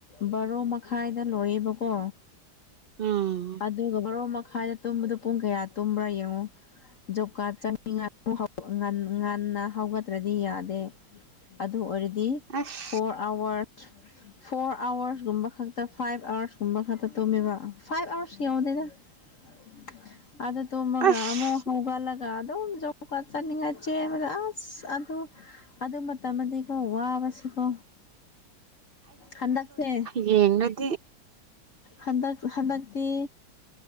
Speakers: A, on the left; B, on the right.
A: ꯕꯥꯔꯣ ꯃꯈꯥꯏꯗ ꯂꯣꯏꯌꯦꯕꯀꯣ
B: ꯎꯝ
A: ꯑꯗꯨꯒ ꯕꯥꯔꯣ ꯃꯈꯥꯏꯗꯠ ꯇꯨꯝꯕꯗꯣ ꯄꯨꯡ ꯀꯌꯥ ꯇꯨꯝꯕ꯭ꯔꯥ ꯌꯦꯡꯉꯨ ꯖꯣꯕ ꯀꯥꯔꯗ ꯆꯠꯅꯤꯡꯉꯥꯏ ꯑꯃꯨꯛ ꯍꯧ ꯉꯟ ꯉꯟꯅ ꯍꯧꯒꯠꯇ꯭ꯔꯗꯤ ꯌꯥꯗꯦ ꯑꯗꯨ ꯑꯣꯏꯔꯗꯤ
B: ꯑꯁ
A: ꯐꯣꯔ ꯑꯥꯋꯔꯁ ꯐꯣꯔ ꯑꯥꯋꯔꯁꯀꯨꯝꯕ ꯈꯛꯇ ꯐꯥꯏꯚ ꯑꯥꯋꯔꯁꯀꯨꯝꯕ ꯈꯛꯇ ꯇꯨꯝꯃꯦꯕ ꯐꯥꯏꯚ ꯑꯥꯋꯔꯁ ꯌꯧꯗꯦꯗ <unintelligible> ꯑꯗꯨ ꯇꯨꯝꯃꯒ
B: ꯑꯁ
A: ꯑꯃꯨꯛ ꯍꯧꯒꯠꯂꯒ ꯑꯗꯨꯝ ꯖꯣꯕ ꯀꯥꯔꯗ ꯆꯠꯅꯤꯡꯉꯥꯏ ꯆꯦꯟꯕꯗ ꯑꯁ ꯑꯁ ꯑꯗꯨ ꯑꯗꯨ ꯃꯇꯝꯗꯤꯀꯣ ꯋꯥꯕꯁꯤꯀꯣ ꯍꯟꯗꯛꯁꯦ
B: ꯌꯦꯡꯅꯗꯤ
A: ꯍꯟꯗꯛ ꯍꯟꯗꯛꯇꯤ